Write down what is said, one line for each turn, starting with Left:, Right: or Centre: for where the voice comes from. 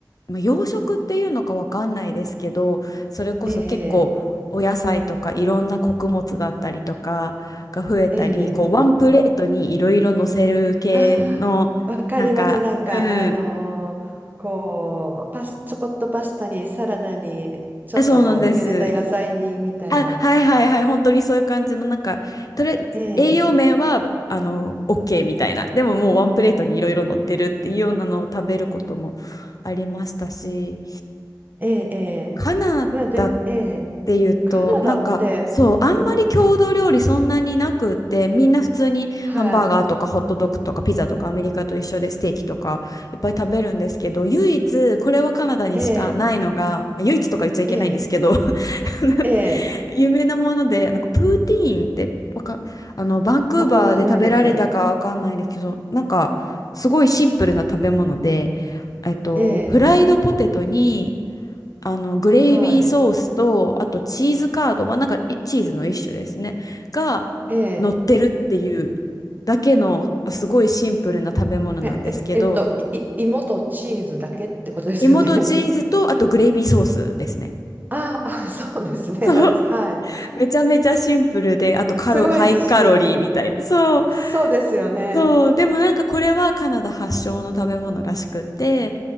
Left: まあ、洋食っていうのかわかんないですけど、それこそ結構お野菜とかいろんな穀物だったりとかが増えたり、
Right: ええ、ええ。
Left: こうワンプレートにいろいろ乗せる系の、
Right: あ、わかります。
Left: なんか、
Right: なんか、
Left: うん、
Right: あのーこう、パス、ちょこっとパスタに、サラダに、ちょっとこう、
Left: えそうなんです。
Right: 茹でた野菜に、みたいな。
Left: あ、はいはいはい、本当にそういう感じの、なんか、とりあえず栄養面は、
Right: ええ、
Left: あの、OK みたいな。でももうワンプレートにいろいろ乗ってるっていうようなのを食べることもありましたし、
Right: ええ、ええ。
Left: カナダっ
Right: まあ、で、ええ、
Left: ていうと、
Right: カナダって、
Left: なんか、そう、あんまり郷土料理そんなになくって、
Right: ん、ん
Left: みんな普通にハンバーガーとかホットドッグとかピザとかアメリカと一緒でステーキとかいっぱい食べるんですけど、
Right: はい、
Left: 唯一、これはカナダにしかないのが、
Right: ええ、
Left: 唯一とか言っちゃいけないんですけど、
Right: ええ、
Left: <laughs>
Right: ええ、
Left: 有名なもので、なんかプーティーンってわか、あの、バンクーバーで食べられたかわかんないんですけど、
Right: あ、わかんないです。
Left: なんか、すごいシンプルな食べ物で、えっと、
Right: ええ、
Left: フライドポテトに、あの、グレイビーソースと、
Right: はい、
Left: あとチーズカード、まあ、なんかいチーズの一種ですね。が
Right: ええ、
Left: 乗ってるっていうだけの、あすごいシンプルな食べ物なんですけど、
Right: え、え、えっと、い、い芋とチーズだけってことですよね。
Left: 芋とチーズと、あとグレイビーソースですね。
Right: <laughs> ああ、そうですね。
Left: そう。
Right: あ、はい。
Left: めちゃめちゃシンプルで、あとカロ、
Right: すごいシンプル。
Left: ハイカロリーみたいな。そう。
Right: そうですよね。
Left: そう、でもなんかこれはカナダ発祥の食べ物らしくって、